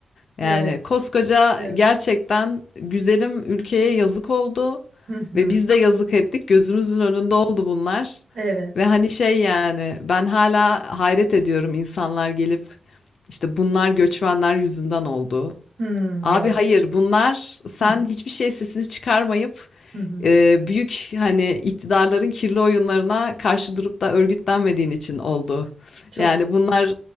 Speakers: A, on the left; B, on the right.
A: Yani
B: Evet.
A: koskoca
B: Evet.
A: gerçekten güzelim ülkeye yazık oldu
B: Hı hı.
A: ve biz de yazık ettik. Gözümüzün önünde oldu bunlar.
B: Evet.
A: Ve hani şey yani ben hala hayret ediyorum insanlar gelip işte bunlar göçmenler yüzünden oldu.
B: Hı,
A: Abi
B: yo.
A: hayır bunlar sen
B: Hı hı.
A: hiçbir şey sesini çıkarmayıp
B: Hı hı.
A: e, büyük hani iktidarların kirli oyunlarına karşı durup da örgütlenmediğin için oldu.
B: Çok
A: Yani
B: doğru.
A: bunlar